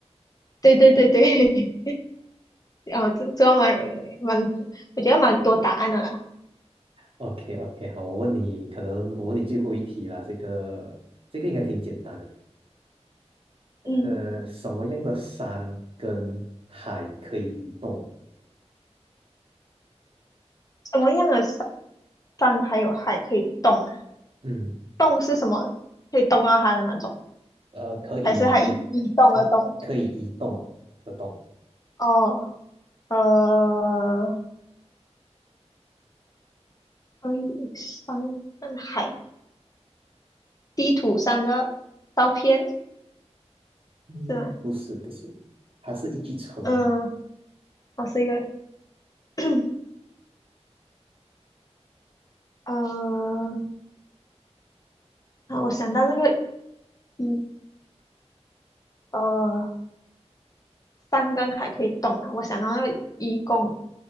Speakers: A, on the left; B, on the right.
A: 对对对对，<laughs> 啊，这这蛮蛮，我觉得蛮多答案的啦。
B: OK OK，好，我问你，可能我问你最后一题啦，这个这个应该挺简单的。
A: 嗯，
B: 呃，什么样的山跟海可以移动？
A: 什么样的山山还有海可以动啊？
B: 嗯，
A: 动是什么？可以动到它的那种，
B: 呃，可以移，
A: 还是它一一动而动？
B: 可以可以移动的动。
A: 哦。呃，可以山跟海地图上的照片
B: 嗯，
A: 是吗？
B: 不是不是，它是一句成语
A: 嗯，我是一个，<clears throat> 呃，啊，我想到那个一呃，山跟海可以动啊，我想到那个愚公，